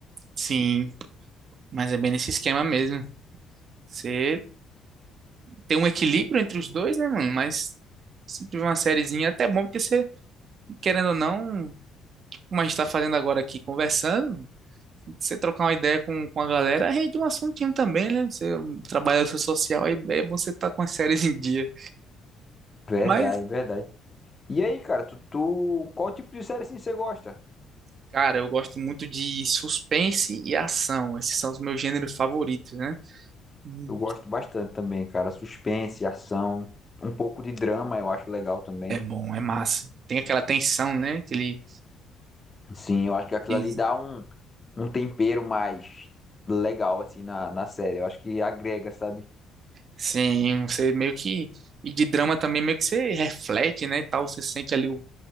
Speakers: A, on the right; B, on the left.
A: Sim, mas é bem nesse esquema mesmo. Você tem um equilíbrio entre os dois, né, mano? Mas sempre uma sériezinha é até bom, porque você, querendo ou não, como a gente tá fazendo agora aqui, conversando, você trocar uma ideia com, com a galera, rende um assuntinho também, né? Você trabalha seu social, aí é bom você estar com as séries em dia.
B: Verdade,
A: Mas,
B: verdade. E aí, cara, tu, tu- qual tipo de série assim você gosta?
A: cara, eu gosto muito de suspense e ação. Esses são os meus gêneros favoritos, né? Hum,
B: Eu gosto bastante também, cara. Suspense, ação, um pouco de drama eu acho legal também.
A: É bom, é massa. Tem aquela tensão, né? Aquele,
B: Sim, eu acho que aquilo
A: e-
B: ali dá um um tempero mais legal, assim, na, na série. Eu acho que agrega, sabe?
A: sim, você meio que. E de drama também, meio que você reflete, né? e Tal, você sente ali o,